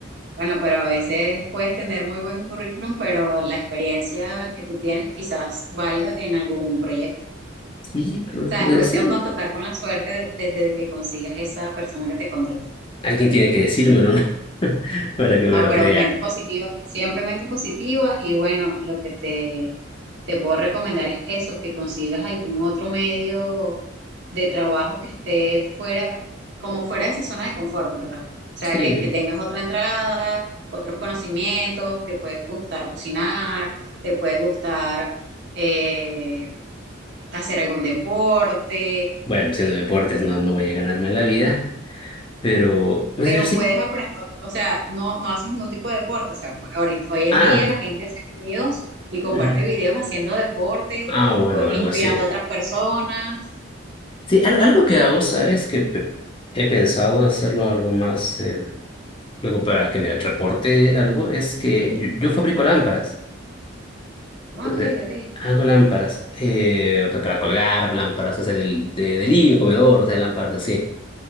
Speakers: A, on the right; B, on the left.
A: Bueno, pero a veces puedes tener muy buen currículum, pero la experiencia que tú tienes quizás valga en algún proyecto.
B: Sí, pero
A: O sea,
B: puede
A: es cuestión
B: ser.
A: con tocar con la suerte desde que consigas esa persona que te contrató.
B: Alguien tiene que decírmelo, ¿no? <laughs> Para que me
A: No,
B: lo
A: pero
B: crea.
A: mente positiva, siempre mente positiva y bueno, lo que te, te puedo recomendar es eso, que consigas algún otro medio de trabajo que esté fuera, como fuera de esa zona de confort, de ¿verdad? O sea,
B: Sí.
A: que, que tengas otra entrada, otros conocimientos, te puede gustar cocinar, te puede gustar eh, hacer algún deporte,
B: Bueno, siendo deportes no, no voy a ganarme la vida, pero... pues
A: Pero
B: pero sí.
A: puedes aprender, o o sea, no, no haces ningún tipo de deporte. O sea, pues, ahorita- hoy en
B: Ah,
A: día la gente hace videos y comparte
B: Ujú.
A: videos haciendo deporte
B: ah, bueno,
A: o
B: algo
A: inspirando
B: así.
A: a otras personas.
B: Sí, al- algo que hago, ¿sabes? Que pe- he pensado hacerlo algo más, eh, algo para que me reporte algo, es que yo, yo fabrico lámparas.
A: Ah,
B: Eh,
A: ok, ok.
B: Hago lámparas, eh, o sea, para colgar lámparas, o sea, del, de, del living, comedor, o sea, lámparas así.